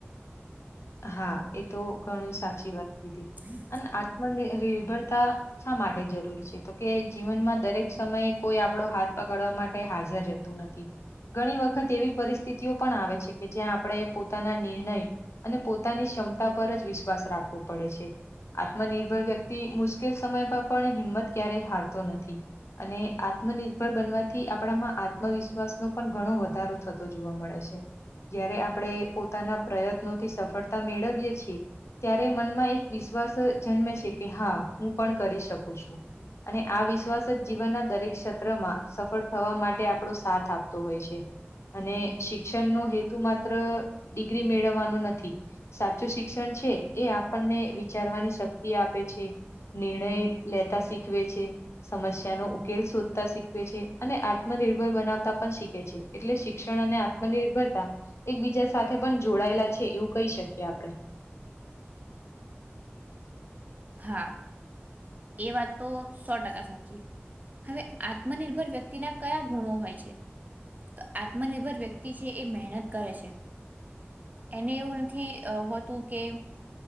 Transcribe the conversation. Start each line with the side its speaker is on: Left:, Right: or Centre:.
Left: હા એ તો ઘણું સાચી વાત કીધી.
Right: <unintelligible>
Left: આત્મનિર્ભરતા શા માટે જરૂરી છે? તો કે જીવનમાં દરેક સમયે કોઈ આપડો હાથ પકડવા માટે હાજર રહે તુ નથી. ઘણી વખત એવી પરિસ્થિતિઓ પણ આવે છે કે જ્યાં આપણે પોતાના નિર્ણય અને પોતાની ક્ષમતા પર વિશ્વાસ પડે છે. આત્મનિર્ભર વ્યક્તિ મુશ્કેલ સમય પર પણ હિંમત ક્યારેય હારતો નથી અને આત્મનિર્ભર બનવાથી આપણામાં આત્મવિશ્વાસનો પણ ઘણો વધારો થતો જોવા મળે છે. જયારે આપણે પોતાના પ્રયત્નોથી સફળતા મેળવીએ છીએ ત્યારે મનમાં એક વિશ્વાસ જન્મે છે કે હા હું પણ કરી શકું છું. અને આ વિશ્વાસ જ જીવનના દરેક ક્ષેત્રમાં સફળ થવા માટે આપણો સાથ આપતો હોય છે. અને શિક્ષણ નો હેતુ માત્ર ડિગ્રી મેળવવાનો ન થી સાચું શિક્ષણ છે એ આપણને વિચારવાની શક્તિ આપે છે, નિર્ણય લેતા શીખવે છે, સમસ્યાનો ઉકેલ શોધતા શીખવે છે અને આત્મનિર્ભર બનાવતા પણ શીખે છે. એટલે શિક્ષણ અને આત્મનિર્ભરતા એકબીજા સાથે પણ જોડાયેલા છે એવું કહી શકીએ આપણે.
Right: હા, એ વાત તો સો ટકા સાચી. હવે આત્મનિર્ભર વ્યક્તિના કયા ગુણો હોય છે? તો આત્મનિર્ભર વ્યક્તિ છે એ મહેનત કરે છે, એને એવું નથી હોતું કે